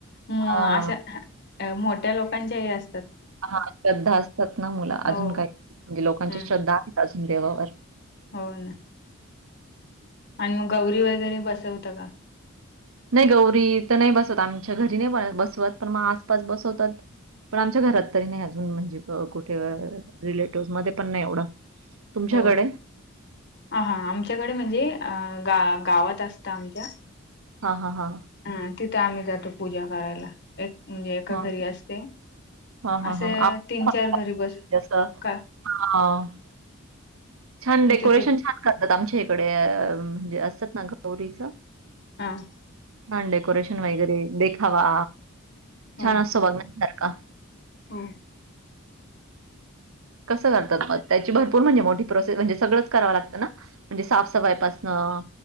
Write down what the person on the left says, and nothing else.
मो
अशा मोठ्या लोकांचे हे अस
हो
हम्म
हो ना आणि मग गौरी वगैरे बसवता का?
हो आ हा आमच्याकडे म्हणजे अ गा-गावात असतं आमच्या
हा तिथं आम्ही जातो पूजा करायला एक म्हणजे एका
घरी असते
असे
तीन चार घरी बस
का
मग तिथे
हा
हो
हो